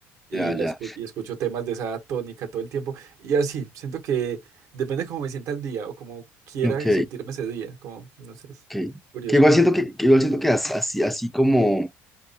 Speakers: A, on the right; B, in the centre.
A: y,
B: ya,
A: la
B: ya.
A: escu- y escucho temas de esa tónica todo el tiempo. Y así, siento que depende cómo me sienta el día o como quiera
B: Ok,
A: sentirme ese día, como, no sé, es
B: ok.
A: curioso.
B: Que igual siento que, que igual siento que as- así, así como